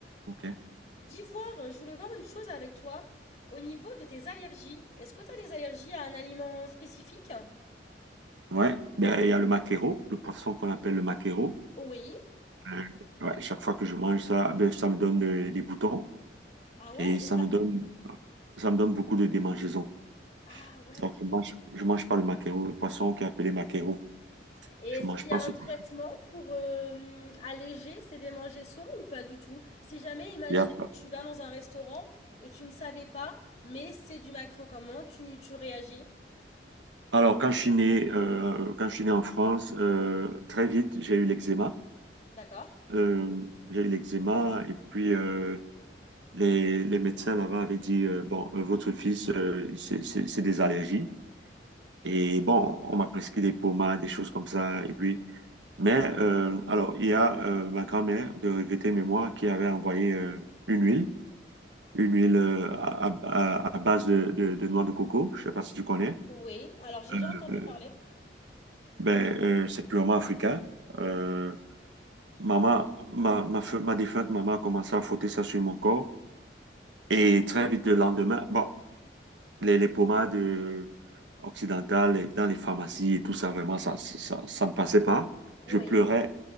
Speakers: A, on the right (about 85°); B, on the left (about 35°).
A: Ok.
B: D'ivoire, euh, je voulais voir une chose avec toi au niveau de tes allergies. Est-ce que tu as des allergies à un aliment spécifique?
A: Ouais. Ben, il y a le maquereau, le poisson qu'on appelle le maquereau.
B: Oui.
A: Euh, ouais, chaque fois que je mange ça, ben, ça me donne euh, des boutons
B: Ah ouais,
A: et ça
B: et ça...
A: me donne, ça me donne beaucoup de démangeaisons.
B: Ah ouais.
A: Donc, je mange, je mange pas le maquereau, le poisson qui est appelé maquereau.
B: Et
A: Je
B: est-ce
A: mange
B: qu'il
A: pas
B: y a un
A: ce
B: traitement
A: poisson.
B: pour euh, alléger ces démangeaisons ou pas du tout? Si jamais, imaginez,
A: Il y a pas-
B: que tu vas dans un restaurant et tu ne savais pas, mais c'est du macro, comment tu, tu réagis?
A: Alors, quand je suis né, euh, quand je suis né en France, euh, très vite, j'ai eu l'eczéma.
B: D'accord.
A: Euh, j'ai eu l'eczéma et puis euh, les, les médecins là-bas avaient dit, euh, bon, euh, votre fils, euh, c'est c'est- c'est des allergies. Et bon, on m'a prescrit des pommades, des choses comme ça. Et puis, mais euh, alors, il y a euh, ma grand-mère de regrettée mémoire qui avait envoyé euh, une huile, une huile euh, à, à- à base de, de, de noix de coco. Je sais pas si tu connais.
B: Oui. Alors j'ai déjà entendu
A: Euh,
B: parler.
A: ben, euh, c'est purement africain. Euh, maman, ma, ma, feu- ma défunte maman a commencé à frotter ça sur mon corps. Et très vite le lendemain, bon. les, les pommades euh, occidentales et dans les pharmacies et tout ça, vraiment, ça, ça, ça- ça ne passait pas.
B: Oui.
A: Je pleurais